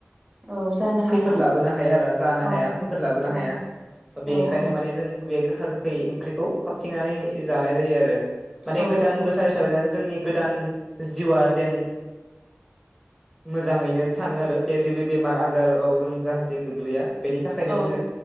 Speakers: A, on the right (about 35°); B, in the centre.
A: औ जानो हाया
B: खैफोद लाबोनो हाया आरोना जानो
A: औ
B: हाया खैफोद लाबोनो
A: औ
B: हाया बेनिखायनो
A: औ औ
B: माने जों बे गोखा गोखै। ख्रिखौ खाबथिंनानै जानाय जायो आरो। माने
A: औ
B: गोदान
A: नंगौ
B: बोसार
A: नोंथां
B: हिसाबै जान जोंनि। गोदान जिउआ जेन मोजाङैनो थाङो आरो बे जिबि बेमार आजाआव जों जाहाथे गोग्लैया। बेनि थाखायनो
A: औ
B: जोङो